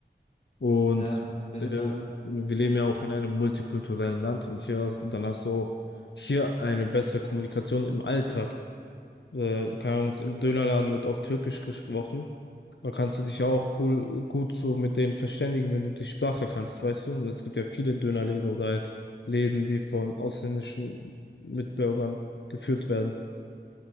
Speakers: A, on the left; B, on the left.
A: Und
B: Ja, auf jeden
A: äh,
B: Fall.
A: wir leben ja auch in einem multikulturellen Land und hier, hast- dann hast du auch hier eine bessere Kommunikation im Alltag. Äh, keine Ahnung, im Dönerladen wird oft Türkisch gesprochen. Da kannst du dich ja auch cool, gut so mit denen verständigen, wenn du die Sprache kannst, weißt du? Und es gibt ja viele Dönerläden oder halt Läden, die von ausländischen Mitbürgern geführt werden.